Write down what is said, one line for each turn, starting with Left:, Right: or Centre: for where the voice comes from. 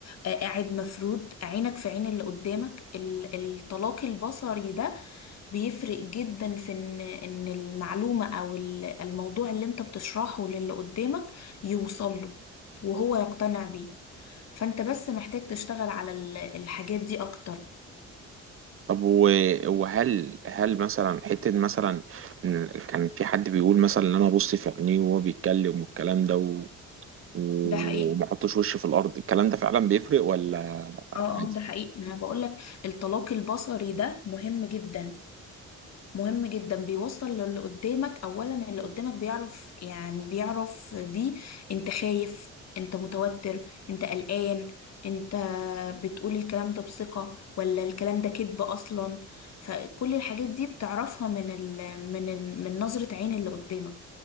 Left: آه، قاعد مفروض عينك في عين اللي قدامك ال- الطلاق البصري ده بيفرق جدا في ان ان المعلومة او ال- الموضوع اللي انت بتشرحه للي قدامك يوصل له وهو يقتنع بيه فانت بس محتاج تشتغل على ال- الحاجات دي اكتر
Right: طب و- وهل هل مثلا حتة مثلا إن كان في حد بيقول مثلا ان انا ابص في عينيه وهو بيتكلم والكلام ده و... وما
Left: ده حقيقي
Right: احطش وشي في الارض الكلام ده فعلا بيفرق ولا
Left: اه
Right: عادي
Left: اه ده حقيقي ما انا بقولك الطلاق البصري ده مهم جدا مهم جدا بيوصل للي قدامك اولا اللي قدامك بيعرف يعني بيعرف بيه انت خايف انت متوتر انت قلقان انت بتقول الكلام ده بثقة ولا الكلام ده كذب اصلا فكل الحاجات دي بتعرفها من ال... من ال... من نظرة عين اللي قدامك